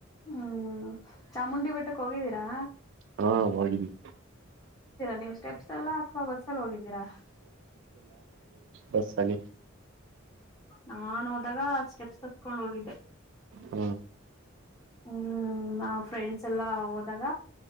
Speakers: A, on the left (about 20°); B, on the right (about 65°).
A: ಹ್ಮ್ ಚಾಮುಂಡಿ ಬೆಟ್ಟಕ್ ಹೋಗಿದ್ದೀರಾ.
B: ಹಾ ಹೋಗಿದೀನಿ.
A: ನೀವ್ ಸ್ಟೆಪ್ಸ್ ಅಲ್ಲ ಅಥವಾ ಬಸ್ಸ ಎಲ್ಲ ಹೋಗಿದ್ದೀರಾ
B: ಬಸ್ಸ ಅಲ್ಲಿ.
A: ನಾನ್ ಹೋದಾಗ ಸ್ಟೆಪ್ಸ್ ಹತ್ಕೊಂಡು ಹೋಗಿದ್ದೆ.
B: ಹ್ಮ
A: ಹ್ಮ್ ಫ್ರೆಂಡ್ಸ್ ಎಲ್ಲ ಹೋದಾಗ.